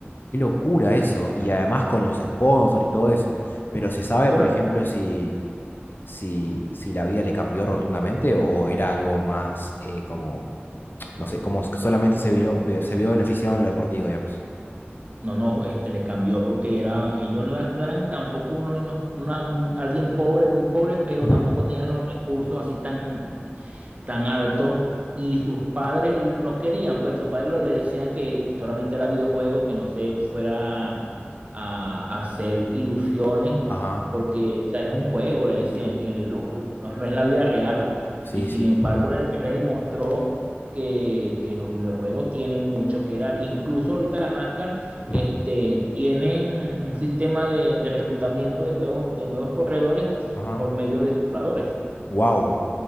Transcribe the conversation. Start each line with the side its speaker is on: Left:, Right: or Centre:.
Left: qué locura eso. Y además con los sponsors y todo eso. Pero se sabe,
Right: Bueno,
Left: por ejemplo, si, si, si la vida le cambió rotundamente o era algo más eh, como, no sé, como que solamente se vino, be- se vio beneficiado en lo deportivo, digamos.
Right: no, no, este le cambió porque eran, ellos no, eran no eran tampoco unos niños, una- un- alguien pobre, muy pobre, pero
Left: Ujú,
Right: tampoco tenían los recursos así tan, tan alto y sus padres no querían, pues sus padres le decían que solamente era videojuego, que no se fuera a, a hacer ilusiones,
Left: Ajá.
Right: porque o sea, es un juego, le decían, que lo- no, no es la vida real.
Left: Sí,
Right: Y sin
Left: sí.
Right: embargo, le, le demostró que, que los videojuegos tienen mucho que dar. Incluso ahorita la NASCAR
Left: ujú.
Right: este, tienen un sistema de, de reclutamiento de nuevos, de nuevos corredores
Left: Ajá.
Right: por medio de simuladores.
Left: Wow.